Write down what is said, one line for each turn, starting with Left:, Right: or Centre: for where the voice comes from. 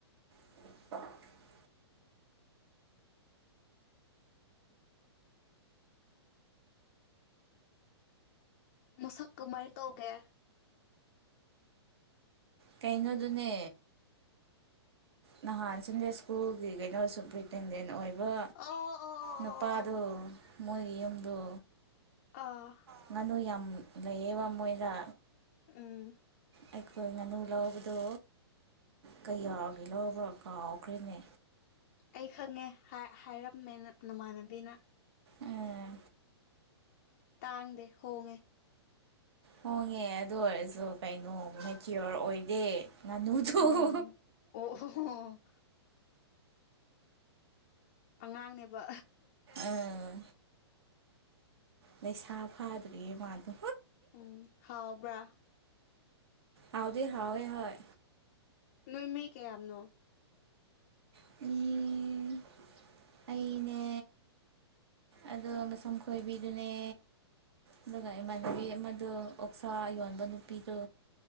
Right: <unintelligible>
Left: ꯃꯁꯛ ꯀꯃꯥꯏꯟ ꯇꯧꯒꯦ
Right: ꯀꯩꯅꯣꯗꯨꯅꯦ ꯅꯍꯥꯟ ꯁꯟꯗꯦ ꯁ꯭ꯀꯨꯜꯒꯤ ꯀꯩꯅꯣꯁꯨ ꯄ꯭ꯔꯤ ꯇꯦꯟꯗꯦꯟ ꯑꯣꯏꯕ
Left: ꯑꯣ ꯑꯣ ꯑꯣ
Right: ꯅꯨꯄꯥꯗꯣ
Left: ꯑꯣ ꯑꯣ
Right: ꯃꯣꯏꯒꯤ ꯌꯨꯝꯗꯣ
Left: ꯑꯥ
Right: ꯉꯥꯅꯨ ꯌꯥꯝ ꯂꯩꯌꯦꯕ ꯃꯣꯏꯗ
Left: ꯎꯝ
Right: ꯑꯩꯈꯣꯏ ꯉꯥꯅꯨ ꯂꯧꯕꯗꯣ ꯀꯌꯥꯒꯤ ꯂꯧꯕ꯭ꯔꯥ ꯀꯥꯎꯈ꯭ꯔꯦꯅꯦ
Left: ꯑꯩ ꯈꯪꯉꯦ ꯍꯥꯏ ꯍꯥꯏꯔꯝꯃꯦ ꯅ ꯅꯃꯥꯟꯅꯕꯤꯅ
Right: ꯑꯥ
Left: ꯇꯥꯡꯗꯦ ꯍꯣꯡꯉꯦ
Right: ꯍꯣꯡꯉꯦ ꯑꯗꯨ ꯑꯣꯏꯔꯁꯨ ꯀꯩꯅꯣ ꯃꯦꯆꯤꯌꯣꯔ ꯑꯣꯏꯗꯦ ꯉꯅꯨꯗ‌ꯣ
Left: ꯑꯣ ꯑꯣ ꯑꯣ ꯑꯉꯥꯡꯅꯦꯕ
Right: ꯑꯥ ꯂꯩꯁꯥ ꯐꯥꯗ꯭ꯔꯤꯌꯦ ꯃꯥꯗꯣ
Left: ꯎꯝ ꯍꯥꯎꯕ꯭ꯔꯥ
Right: ꯍꯥꯎꯗꯤ ꯍꯥꯎꯋ‌ꯦ ꯍꯣꯏ
Left: ꯅꯣꯏ ꯃꯤ ꯀꯌꯥꯝꯅꯣ
Right: <unintelligible> ꯑꯩꯅꯦ ꯑꯗꯨꯒ ꯃꯁꯝ ꯈꯣꯏꯕꯤꯗꯨꯅꯦ ꯑꯗꯨꯒ ꯏꯃꯥꯟꯅꯕꯤ ꯑꯃꯗꫭ ꯑꯣꯛꯁꯥ ꯌꯣꯟꯕ ꯅꯨꯄꯤꯗꯨ